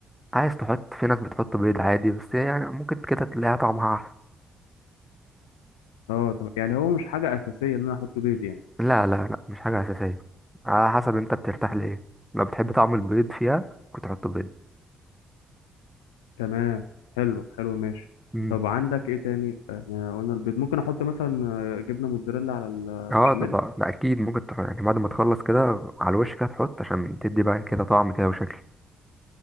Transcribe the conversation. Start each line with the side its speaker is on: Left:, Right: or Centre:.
Centre: عايز تحط في ناس بتحط بيض عادي بس هي يعني ممكن كده تلاقيها طعمها احسن
Left: اه تمام يعني هو مش حاجه اساسيه ان انا احط بيض يعني
Centre: لا لا لا مش حاجه اساسيه على حسب انت بترتاح لايه لو بتحب طعم البيض فيها كنت تحط بيض
Left: تمام حلو حلو ماشي
Centre: امم
Left: طب عندك ايه تاني احنا قلنا البيض ممكن احط مثلا آه، جبنه موتزاريلا على البشاميل
Centre: اه طبعا ده اكيد ممكن تح... يعني بعد ما تخلص كده على الوش كده تحط عشان تدي بقى كده طعم كده وشكل